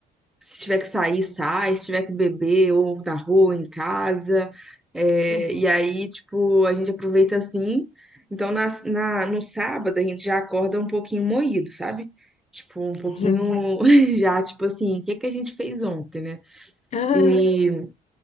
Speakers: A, in the centre; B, on the left.
A: Se tiver que sair, sai. Se tiver que beber, ou na rua, em casa. É,
B: Uhum, uhum,
A: e aí, tipo, a gente aproveita assim. Então, na, na- no sábado, a gente já acorda um pouquinho moído, sabe? Tipo, um pouquinho
B: uhum.
A: <laughs> já, tipo assim, o que que a gente fez ontem, né?
B: Ah.
A: E